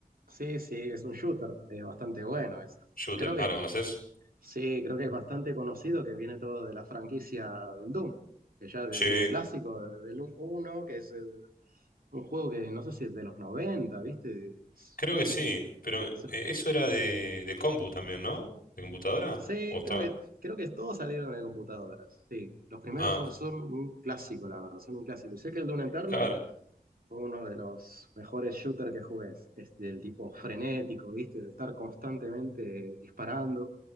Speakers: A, on the right (about 70°); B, on the left (about 65°).
A: sí, sí, es un shooter, es bastante bueno ese.
B: Shooter.
A: Creo que
B: Ah, ¿lo conoces?
A: Sí, creo que es bastante conocido que viene todo de la franquicia del Doom, que ya desde
B: Sí,
A: un clásico, de- del Doom uno, que es el- un juego que no sé si es de los 90, ¿viste? Es-
B: creo que
A: que
B: sí.
A: se-
B: Pero eh,
A: eso.
B: eso era de, de compu también, ¿no? ¿De computadora?
A: Sí,
B: ¿O estaban?
A: creo que, creo que todos salieron de computadoras. Sí, los primeros
B: Ah,
A: son, son un clásico, la verdad, son un clásico. Y sé que el Doom Eternal
B: claro.
A: Fue uno de los mejores shooters que jugué. Es del tipo frenético, ¿viste? De estar constantemente disparando.